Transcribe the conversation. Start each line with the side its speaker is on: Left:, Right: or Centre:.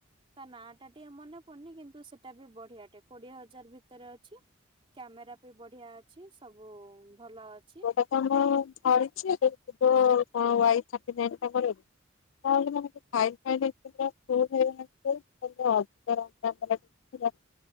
Right: ତା ନାଁ ଟା ଟିକେ ମନେ ପଡୁନି କିନ୍ତୁ ସେଟା ବି ବଢିଆ ଟେ। କୋଡିଏ ହଜାର ଭିତରେ ଅଛି କ୍ୟାମେରା ପି ବଢିଆ ଅଛି ସବୁ ଭଲ ଅଛି।
Left: ଭିବୋଫୋନ ମୁଁ ଧରିଚି ଏବେ ଭୀବୋ କଣ ୱାଇ ଥାଟିନାଇନି ଟା ମିଳିବ କି? <unintelligible> <unintelligible>